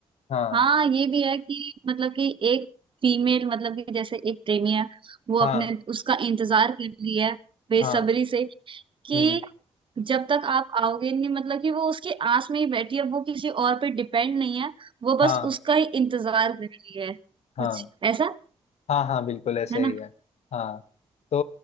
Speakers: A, on the left; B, on the right.
A: हाँ
B: हाँ ये भी है कि मतलब कि एक फीमेल मतलब कि जैसे एक प्रेमी है वो
A: हाँ
B: अपने उसका इंतजार कर रही है बेसब्री
A: हाँ
B: से कि
A: हम्म
B: जब तक आप आओगे नहीं मतलब कि वो उसकी आस में ही बैठी है वो किसी और पे डिपेंड नहीं है वो
A: हाँ
B: बस उसका ही इंतजार कर रही है
A: हाँ
B: कुछ ऐसा
A: हाँ हाँ बिल्कुल ऐसे
B: है ना
A: ही है हाँ तो